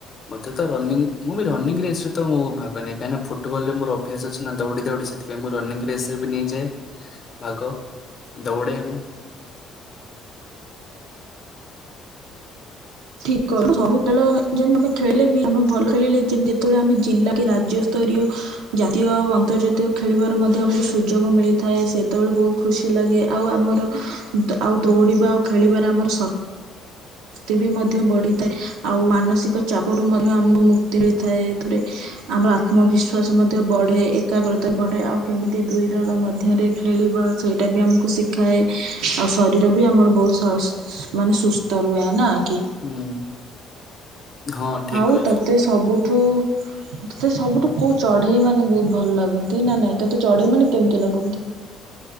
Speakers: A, on the left; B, on the right.
A: ମୋତେ ତ ରନିଂ ମୁଁ ବି ରନିଂ ରେସ୍ ରେ ତ ମୁଁ ଭାଗ ନିଏ। କାହିଁକିନା ଫୁଟବଲ୍ ରେ ମୋର ଅଭ୍ୟାସ ଅଛିନା ଦୌଡ଼ି ଦୌଡ଼ି ସେ ସେ ମୁଁ ରନିଙ୍ଗ ରେସ୍ ରେ ବି ନେଇଯାଏ ଭାଗ। ଦୌଡେ ମୁଁ।
B: ଠିକ କର <inaudible> ସବୁ ଖେଳ ହେ ଯେ ଆମେ ଖେଳିଲେ ବି ଆମେ ଭଲ ଖେଳିଲେ ଯେନ୍ ଯେତେବେଳେ ଆମେ ଜିଲ୍ଲା କି ରାଜ୍ୟସ୍ତରୀୟ ଜାତୀୟ ଆଉ ଅନ୍ତର୍ଜାତୀୟ ଖେଳିବାର ମଧ୍ୟ ଆମକୁ ସୁଯୋଗ ମିଳିଥାଏ। ସେତେବେଳେ ବହୁତ ଖୁସି ଲାଗେ ଆଉ ଆମର ଦ-ଆଉ ଦୌଡ଼ିବା ଖେଳିବାରେ ଆମର ଶ ଶକ୍ତି ବି ମଧ୍ୟ ମଧ୍ୟ ବଢିଥାଏ ଆଉ ମାନସିକ ଚାପରୁ ମଧ୍ୟ ଆମକୁ ମୁକ୍ତି ମିଳିଥାଏ ଏଥିରେ। ଆମର ଆତ୍ମବିଶ୍ଵାସ ମଧ୍ୟ ବଢେ ଏକାଗ୍ରତା ବଢେ ଆଉ କେମିତି ଦୁଇ ଦଳ ମଧ୍ୟରେ ଖେଳିବା ସେଇଟା ବି ଆମକୁ ଶିଖାଏ ଆଉ ଶରୀର ବି ଆମର ବହୁତ ସ ମାନେ ସୁସ୍ଥ ରୁହେ ନା କି।
A: ହୁଁ। ହଁ ଠିକ
B: ଆଉ
A: କହିଛୁ।
B: ତତେ ସବୁଠୁ ତତେ ସବୁଠୁ କୋଉ ଚଢେଇମାନେ ବହୁତ ଭଲ ଲାଗନ୍ତି ନା ନାଇଁ ତୋତେ ଚଢେଇମାନେ କେମିତି ଲାଗନ୍ତି?